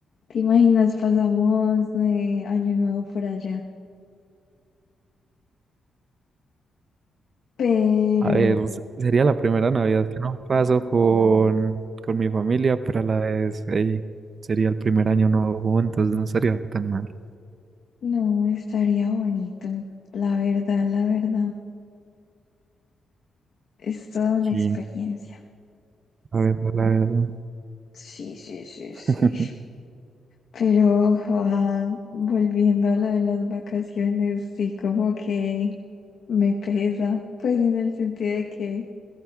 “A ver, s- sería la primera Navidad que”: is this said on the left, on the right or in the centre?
Right